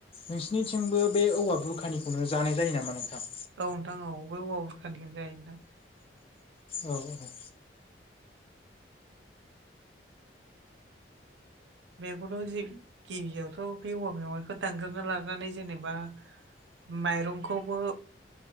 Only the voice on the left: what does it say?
नोंसिनिथिंबो बे औवा बुरखानिखौनो जानाय जायो नामा नोंथां
औ औ